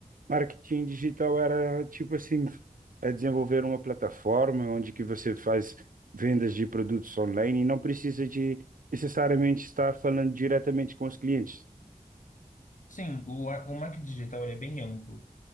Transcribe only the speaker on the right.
Marketing digital era tipo assim, é desenvolver uma plataforma onde que você faz vendas de produtos online e não precisa de necessariamente estar falando diretamente com os clientes.